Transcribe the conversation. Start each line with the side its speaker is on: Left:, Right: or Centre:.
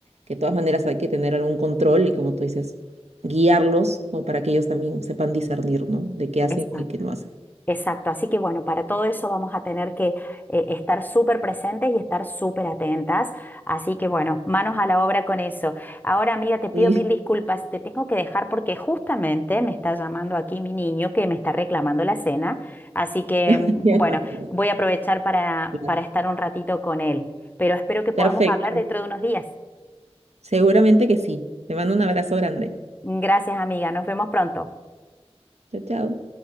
Right: que de todas maneras hay que tener algún control y como tú dices, guiarlos como para que ellos también sepan discernir, ¿no? De qué hacen
Left: exacto
Right: y qué no hacen.
Left: Exacto, así que bueno, para todo eso vamos a tener que eh, estar súper presentes y estar súper atentas. Así que bueno, manos a la obra con eso. Ahora, amiga, te pido
Right: Sí,
Left: mil disculpas, te tengo que dejar porque justamente me está llamando aquí mi niño que me está reclamando la cena. Así que
Right: <laughs>
Left: mm,
Right: ya
Left: bueno,
Right: imagino.
Left: voy a aprovechar para,
Right: Claro.
Left: para estar un ratito con él, pero espero que podamos
Right: Perfecto.
Left: hablar dentro de unos días.
Right: Seguramente que sí. Te mando un abrazo grande.
Left: Gracias, amiga, nos vemos pronto.
Right: Chao, chao.